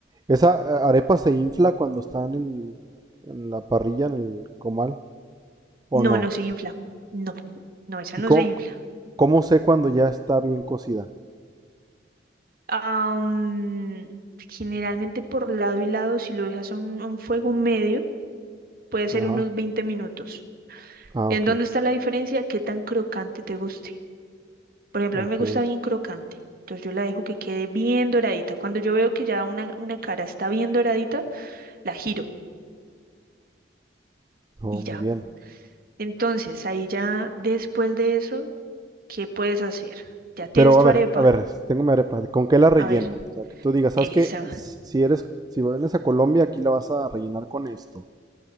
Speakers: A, on the right (about 20°); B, on the right (about 50°).
A: ¿Esa eh, arepa se infla cuando está en el, en la parrilla, en el comal, o
B: No,
A: no?
B: no se infla. No, no, esa
A: ¿Y
B: no
A: cómo,
B: se infla.
A: cómo sé cuando ya está bien cocida?
B: Am, generalmente por lado y lado, si lo dejas a un, a un fuego medio, puede ser
A: Ajá.
B: unos 20 minutos.
A: Ah,
B: ¿En
A: ok,
B: dónde está la diferencia? ¿Qué tan crocante te guste? Por ejemplo,
A: ok.
B: a mí me gusta bien crocante. Entonces yo la dejo que quede bien doradita. Cuando yo veo que ya una, una cara está bien doradita, la giro
A: Oh,
B: y
A: muy
B: ya.
A: bien.
B: Entonces ahí ya después de eso, ¿qué puedes hacer? Ya tienes
A: Pero
B: tu
A: a ver,
B: arepa.
A: a ver, tengo mi arepa. ¿Con qué la relleno?
B: A ver,
A: O sea, que tú digas, ¿sabes
B: esa.
A: qué? Si
B: <laughs>
A: si eres, si vienes a Colombia, aquí la vas a rellenar con esto.